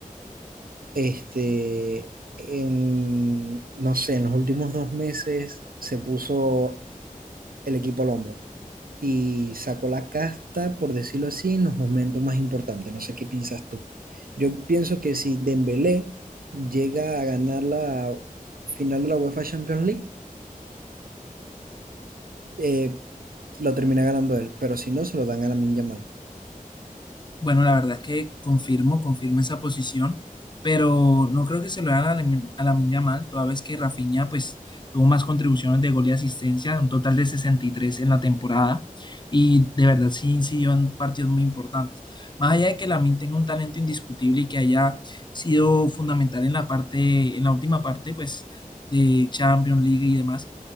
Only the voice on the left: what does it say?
Bueno, la verdad es que confirmo, confirmo esa posición, pero no creo que se lo hagan a Lamin- a Lamine Yamal, toda vez que Rafinha pues tuvo más contribuciones de gol y asistencia, un total de 63 en la temporada, y de verdad sí incidió en partidos muy importantes. Más allá de que Lamine tenga un talento indiscutible y que haya sido fundamental en la parte, en la última parte pues de Champions League y demás,